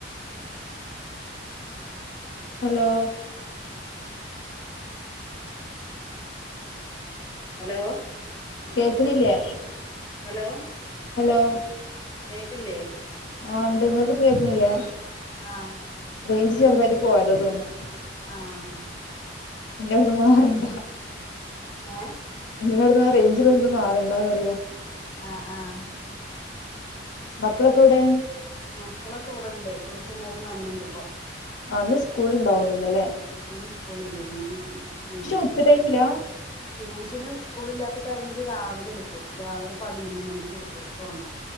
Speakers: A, on the left (about 75°); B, on the left (about 20°).
A: ഹലോ
B: ഹലോ
A: കേൾക്കണില്ലേ
B: ഹലോ
A: ഹലോ
B: കേക്കില്ലേ
A: ആണ്ട് നിങ്ങക്ക് കേൾക്കാനില്ലേ
B: ആഹ
A: റേഞ്ച് ചേർന്നായിട്ട് പോയതോ തോന്നുന്നു
B: ആഹ
A: ഇനി ഇവിടുന്ന് മാറണ്ട
B: ആഹ
A: നിങ്ങടുന്ന് ആ റേഞ്ചിൽോടുന്ന് മാറേണ്ട പറയാ
B: ആഹ ആഹ്
A: മകളൊക്കെ എവിടെ
B: മക്കളൊക്കെ ഇവിടെണ്ട് ട്യൂഷൻ കഴിഞ്ഞ് വന്നിണ്ട് ഇപ്പൊ
A: ആന്ന് സ്കൂള ഉണ്ടാവലല്ലോല്ലേ
B: ഇന്നും സ്കൂൾ ഇല്ല ഇന്ന് ലീവാ
A: ഉച്ച ടൈമിലാ
B: റ്റൂഷന് സ്കൂളില്ലാത്ത ടൈമില് രാവിലെ എട്ക്കും രാവിലെ പതിനൊന്ന് മണിക്ക് എട്ക്കും തൊടങ്ങും